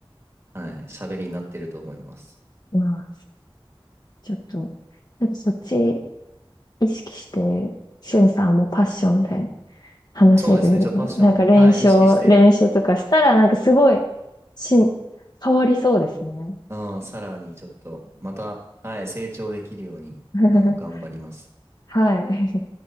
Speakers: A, on the right (about 30°); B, on the left (about 45°).
A: はい、喋りになってると思います。
B: まあ、ちょっと、なんかそっち意識して、しゅんさんもパッションで話せるんでね。
A: そうですね、ちょっとパッション、
B: なんか練習を、
A: はい、意識して、
B: 練習とかしたら、なんかすごい、し、変わりそうですね。
A: うん、さらにちょっと、また、はい、成長できるように、
B: <laughs>
A: あの、頑張ります。
B: はい。